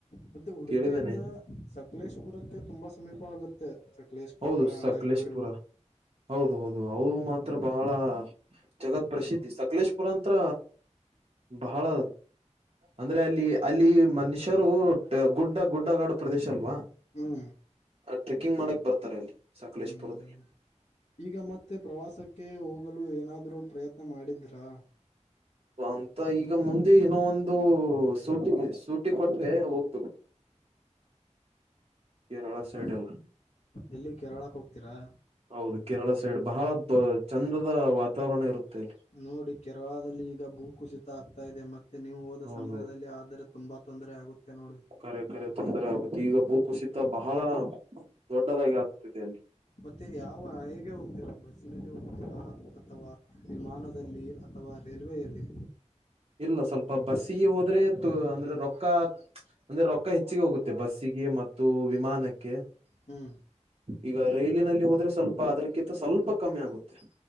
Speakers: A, on the left (about 80°); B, on the right (about 50°).
A: ಮತ್ತೆ ಉಡುಪಿಯಿಂದ
B: ಕೇಳಿದ್ದೇನೆ
A: ಸಕಲೇಶಪುರಕ್ಕೆ ತುಂಬಾ ಸಮೀಪ ಆಗುತ್ತೆ ಸಕಲೇಶ್. ಚೂರ
B: ಹೌದು ಸಕಲೇಶ್ಪುರ
A: ಅಳೆಬೀಡು.
B: ಹೌದು ಹೌದು ಅದು ಮಾತ್ರ ಬಹಳ ಜಗತ್ ಪ್ರಸಿದ್ಧಿ ಸಕಲೇಶ್ಪುರ ಅಂತ್ರ. ಬಹಳ. ಅಂದ್ರೆ ಅಲ್ಲಿ ಅಲ್ಲಿ ಮನುಷ್ಯರು ಗುಡ್ಡ ಗುಡ್ಡ ಗಾಡು ಪ್ರದೇಶ ಅಲ್ವಾ.
A: ಹ್ಮ್
B: ಆ ಟ್ರೆಕ್ಕಿಂಗ್ ಮಾಡಕ್ ಬರ್ತಾರೆ ಅಲ್ಲಿ ಸಕಲೇಶ್ಪುರದಲ್ಲಿ.
A: ಹ್ಮ್ ಈಗ ಮತ್ತೆ ಪ್ರವಾಸಕ್ಕೆ ಹೋಗಲು ಏನಾದರೂ ಪ್ರಯತ್ನ ಮಾಡಿದ್ರಾ.
B: ಅಂತ ಈಗ ಮುಂದೆ ಇನ್ ಒಂದು ಶೂಟಿ ಶೂ. ಸೂಟಿ ಕೊಟ್ರೆ ಹೋಗಬೇಕು. ಕೇರಳ ಸೈಡ್
A: ಹ,
B: ಎಲ್ಲ.
A: ಎಲ್ಲಿ ಕೇರಳಕ್ಕೆ ಹೋಗ್ತೀರಾ.
B: ಹೌದು ಕೇರಳ ಸೈಡ್ ಬಹಳ ಚಂದದ ವಾತಾವರಣ ಇರುತ್ತೆ. ಇಲ್ಲಿ
A: ನೋಡಿ ಕೆರಳದಲ್ಲಿ ಈಗ ಭೂ ಕುುಸಿತ ಆಗ್ತಾ ಇದೆ ಮತ್ತೆ ನೀವು ಹೋದ
B: ಹೌದು
A: ಸಮಯದಲ್ಲಿ ಆದರೆ. ತುಂಬಾ ತೊಂದರೆ ಆಗುತ್ತೆ ನೋಡಿ.
B: ಕರೆ ಕರೆ ತೊಂದರೆ ಆಗುತ್ತೆ ಈಗ ಭೂ ಕುಸಿತ ಬಹಳ ದೊಡ್ಡದಾಗಿ ಆಗ್ತಿದೆ ಅಲ್ಲಿ.
A: ಮತ್ತೆ ಯಾವ ಹೇಗೆ ಹೋಗ್ತೀರಾ ಬಸ್ಸಿನಲ್ಲಿ ಹೋಗ್ತೀರಾ ಅಥವಾ ವಿಮಾನದಲ್ಲಿ ಅಥವಾ. ರೈಲ್ವೆಯಲ್ಲಿ.
B: ಇಲ್ಲ ಸ್ವಲ್ಪ ಬಸ್ಸಿಗೆ ಹೋದ್ರೆ ಅಂದ್ರೆ ರೊಕ್ಕ. ಅಂದ್ರೆ ರೊಕ್ಕ ಹೆಚ್ಚಿಗೆ ಹೋಗುತ್ತೆ ಬಸ್ಸಿಗೆ ಮತ್ತು ವಿಮಾನಕ್ಕೆ.
A: <inaudible>
B: ಈಗ ರೈಲಿನಲ್ಲಿ ಹೋದ್ರೆ ಸ್ವಲ್ಪ ಅದ್ರಕ್ಕಿಂತ ಸ್ವಲ್ಪ ಕಮ್ಮಿ ಆಗುತ್ತೆ.